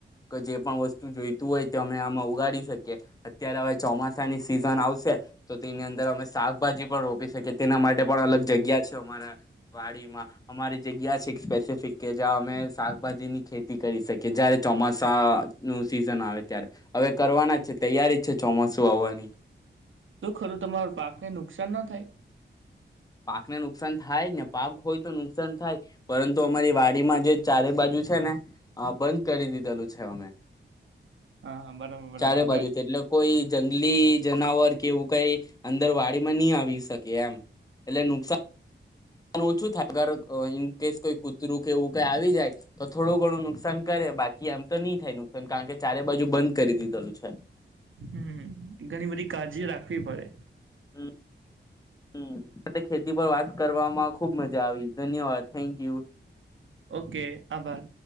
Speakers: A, on the left; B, on the right.
A: કે જે પણ વસ્તુ જોઈતું હોય તો અમે આમાં ઉગાડી શકીએ અત્યારે હવે ચોમાસાની સિઝન આવશે તો તેની અંદર અમે શાકભાજી પણ રોપી શકીએ. તેના માટે પણ અલગ જગ્યા છે. અમારા વાડીમાં અમારી જગ્યા છે એક સ્પેસિફિક કે જ્યાં અમે શાકભાજીની ખેતી કરી શકીએ. જયારે ચોમાસાનું સિઝન આવે ત્યારે હવે કરવાના જ છે. તૈયારી છે ચોમાસું આવવાની
B: તુ ખરું તમાર પાકને નુક નુકસાન ના થાય.
A: પાકને નુકસાન થાય ને પાક હોય તો નુકસાન થાય. પરંતુ અમારી વાડીમાં જે ચારે બાજુ છે ને બંધ કરી દીધેલું છે અમે
B: હા હા, બરાબર બરાબર
A: ચારે
B: ઘ
A: બાજુથી એટલે કોઈ જંગલી જનાવર કે એવું કઈ અંદર વાડીમાં ની આવી શકે એમ એટલે નુકસાન ઓછું થાય. અગર કઈ ઇન કેસ ક કૂતરું કે એવું કઈ આવી જાય તો થોડું ઘણું નુકસાન કરે બાકી એમ તો ની થાય નુકસાન કારણ કે ચારે બાજુ બંધ કરી દીધેલું છે.
B: હમ ઘણી બધી કાળજી રાખવી પડે.
A: હમ હમ ખેતી પર વાત કરવામાં ખુબ મજા આવી. ધન્યવાદ થેન્ક યુ.
B: ઓકે આભાર.